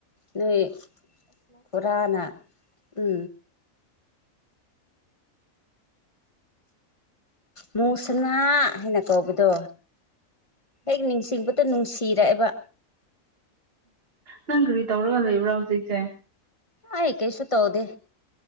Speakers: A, on the left; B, on the right.
A: ꯅꯣꯏ ꯈꯔꯅꯥ ꯎ
B: <unintelligible>
A: ꯃꯁꯅꯥ ꯍꯟꯅꯀꯣ ꯑꯕꯣꯏꯗ ꯍꯦꯛ ꯅꯤꯡꯁꯤꯡꯕꯗ ꯅꯨꯡꯁꯤꯔꯛꯑꯦꯕ
B: ꯅꯪ ꯀꯔꯤ ꯇꯧꯔꯒ ꯂꯩꯕ꯭ꯔꯥ ꯍꯧꯖꯤꯛꯁꯦ
A: ꯑꯩ ꯀꯩꯁꯨ ꯇꯧꯗꯦ